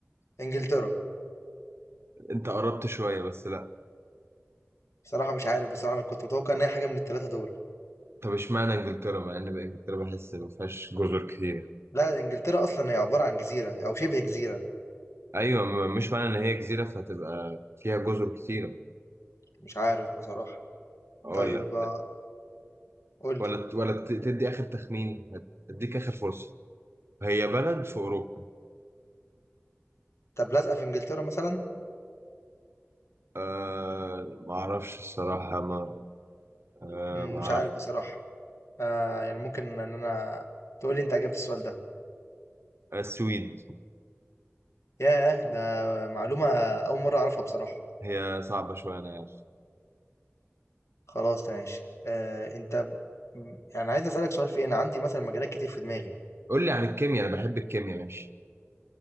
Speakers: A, on the left; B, on the right.
A: انجلترا
B: أنت قربت شوية بس لا
A: بصراحة مش عارف بصراحة انا كنت متوقع ان هي حاجة من الثلاثة دول
B: طب اشمعنى إنجلترا مع إن إنجلترا بحس إن ما فيهاش جزر كتير
A: لا انجلترا اصلا هي عباره عن جزيره او شبه جزيره
B: ايوه م- مش معنى ان هي جزيره فهتبقى فيها جزر كتيره
A: مش عارف بصراحه
B: اقول
A: طيب
B: لك
A: آه، قول
B: ولا
A: لي
B: ت- ولا ت- تدي اخر تخمين هت- هديك اخر فرصه هي بلد في اوروبا
A: طب لازقه في انجلترا مثلا
B: أه ما اعرفش الصراحه ما أه
A: مم،
B: ما
A: مش
B: اعرف
A: عارف بصراحه آه يعني ممكن ان انا تقول لي انت عجبت السؤال ده
B: آه، السويد
A: ياه ده معلومه اول مره اعرفها بصراحه
B: هي صعبه شويه انا عارف
A: خلاص تمام ماشي آه انت ب- يعني عايز اسالك سؤال في ايه انا عندي مثلا مجالات كتير في دماغي
B: قول لي عن الكيمياء انا بحب الكيمياء ماشي